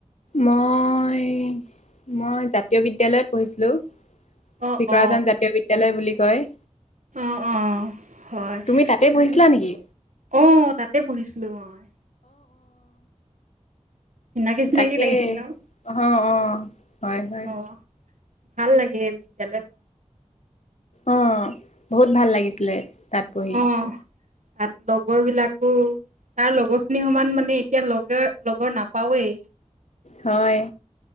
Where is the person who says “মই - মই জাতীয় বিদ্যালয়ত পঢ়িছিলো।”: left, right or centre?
Left